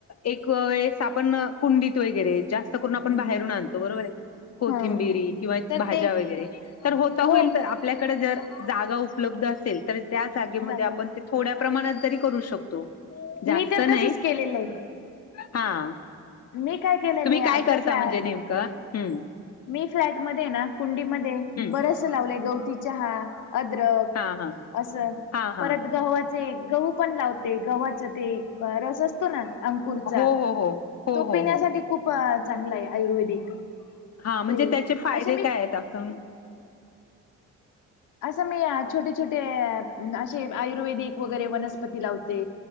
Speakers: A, on the left; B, on the left.
A: एक वेळेस आपण कुंडीत वगैरे जास्त करून
B: हम्म
A: आपण बाहेरून आणतो बरोबर आहे. कोथिंबिरी
B: हा
A: किंवा
B: तर
A: भाज्या
B: ते
A: वगैरे तर होता
B: हो
A: होईल तर आपल्याकडे जर. जागा उपलब्ध असेल तर त्या जागेमध्ये
B: दादा
A: आपण ते थोड्या प्रमाणात जरी करू शकतो. जास्त
B: मी तर तसच
A: नाही
B: केलेलं आहे
A: हा.
B: मी काय केलेलं
A: तुम्ही
B: आहे
A: काय
B: आपल्या
A: करता
B: फ्लॅ
A: म्हणजे नेमकं हम्.
B: मी फ्लॅट मध्ये ना कुंडी मध्ये
A: हम्म
B: बरस लावले गवती चहा, अद्रक,
A: हा हा
B: असं
A: हा हा
B: परत गववात. गहू पण लावते गव्हाचा ते रस असतो ना अंकुरचा.
A: हो हो हो हो
B: तो पिण्यासाठी
A: हो हो
B: खूप चांगला आहे आयुर्वेदिक.
A: हा म्हणजे
B: ते
A: त्याचे फायदे
B: असे मी
A: काय आहेत आप
B: असं मी छोटे छोटे असे आयुर्वेदिक वगैरे वनस्पती लावते.